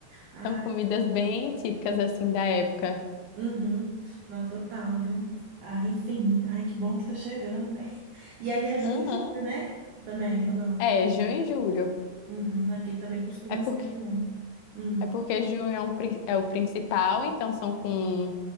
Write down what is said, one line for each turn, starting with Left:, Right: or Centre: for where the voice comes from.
Right: Ai,
Left: São comidas bem típicas assim da época.
Right: uhum. Não, total, viu? Ah, enfim. Ai, que bom que tá chegando, né? E aí é junho
Left: Aham.
Right: e julho, né? Também, ou não?
Left: É, junho e julho.
Right: Uhum. Aqui também costuma
Left: É porque
Right: ser também. Hum.
Left: é porque junho é, um, prin- é o principal, então são com